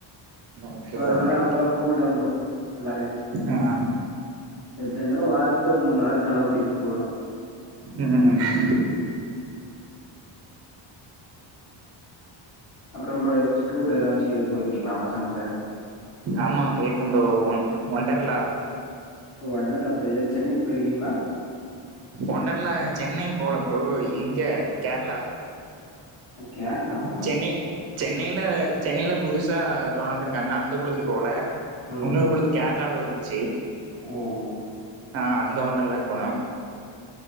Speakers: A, on the right; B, on the left.
A: ஓகே
B: சோ
A: ப்ரோ
B: அதனால
A: ஓகே
B: அவள்தா கூல் தா ப்ரோ ஃபுல்லாவே
A: எஆ
B: எப்டி இருந்தாலு வாரத்துல ஒரு மூண் நாளாச்சு நல்லா குடிப்பே கூழளா
A: ம் ம் ம் ம்
B: அப்றம் ப்ரோ ஏதாச்சு டூர் ஏதாச்சி போய்ர்க்கீங்களா பசங்கூட
A: ஆமா போய்ர்க்க ப்ரோ ஒண் ஒண்டர்லா
B: போ ஒண்டர்லா போயய் சென்னைக் போய்ர்க்கீங்களா
A: ஒண்டர்லா சென்னை போல ப்ரோ இங்க கேரளா
B: அஸ் கேர்ளாவா
A: சென்னை சென்னைய்ல சென்னைய்ல புதுசா தொறந்துருக் காங்க அந்த குழுவுக்கு போல
B: ம்
A: உனொரு
B: ம்
A: குழு கேரளாவ்ல இருந்ச்சி
B: ம் ம்
A: ஆ அந்த ஒண்டர்லாக்கு போனோ